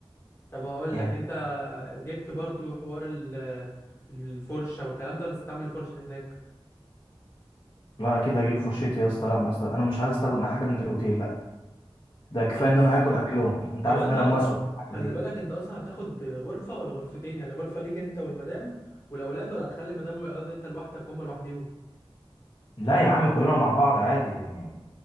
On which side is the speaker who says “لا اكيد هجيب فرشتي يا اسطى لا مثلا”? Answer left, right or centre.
Left